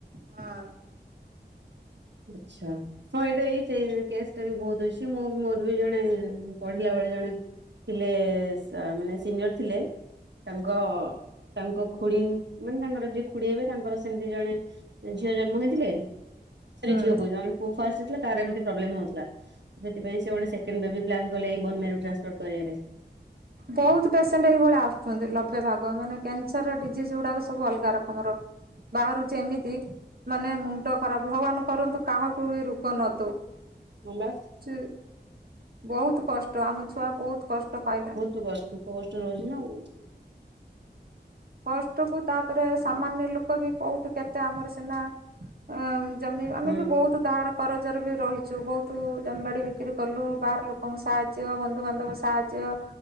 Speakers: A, on the right; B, on the right.
A: ହଁ।
B: ଆଚ୍ଛା। ହଁ, ଏଇଟା ଏଇ କେସ୍ ଟା ବି ବହୁତ ଅଛି, ମୁଁ ମୋର ବି ଜଣେ ପଢିଲା ବେଳେ ଜଣେ। ଥିଲେ ମାନେ ସିନିୟର ଥିଲେ। ତାଙ୍କ ତାଙ୍କ ଖୁଡି ଙ୍କ ମାନେ ତାଙ୍କର। ଯିଏ ଖୁଡି ହେବେ ତାଙ୍କର ସେମିତି ଜଣେ ଝିଅ ଜନ୍ମ ହେଇଥିଲେ। ସାରେ
A: ହୁଁ
B: ଏ ଝିଅକୁ ଯାହାର ପୁଅ ଫାଷ୍ଟ ହେଇଥିଲା ତାର ଏମିତି ପ୍ରୋବ୍ଲେମ୍ ହଉଥିଲା। ସେଥିପାଇଁ ସେ ଗୋଡ଼େ ସେକେଣ୍ଡ ବେବି ପ୍ଲାନ୍‌କଲେ ଏଇ ବୋନ୍‌ ମ୍ୟାରୋ ଟ୍ରାନ୍ସପୋର୍ଟ କରିଆ ପାଇଁ।
A: ବହୁତ ପେସେଣ୍ଟ ଏଇଭଳା ଆସୁଛନ୍ତି ଲବେ ଭାଗ ମାନେ କ୍ୟାନସରର ଡିଜିଜ ଯୋଉଗୁଡାକ ସବୁ ଅଲଗା ରକମର ବାହାରୁଚି ଏମିତି ମାନେ ମୁଣ୍ଡ ଖରାପ ଭଗବାନ କରନ୍ତୁ କାହାକୁ ଏ ରୁଗ ନ ଦଉ।
B: ହଁବା।
A: ଚି ବହୁତ କଷ୍ଟ ଆମ ଛୁଆ ବହୁତ କଷ୍ଟ ପାଇଲା
B: ତୁ ବସ୍ ଦୁଃଖ କଷ୍ଟରେ ରହୁଚି ନା ଆଉ।
A: କଷ୍ଟୁକୁ ତାପରେ ସାମାନ୍ୟ ଲୁକ ବି କଉଠି କେତେ ଆମରି ସିନା ଅଁ ଜମି ଆମେ
B: ହୁଁ।
A: ବି ବହୁତ ଧାର କରଜରେ ବି ରହିଛୁ ବହୁତ ଜମ୍ ବାଡ଼ି ବିକ୍ରି କଲୁ ବାହାର ଲୋକଙ୍କ ସାହାଯ୍ୟ ବନ୍ଧୁବାନ୍ଧବ ସାହାଯ୍ୟ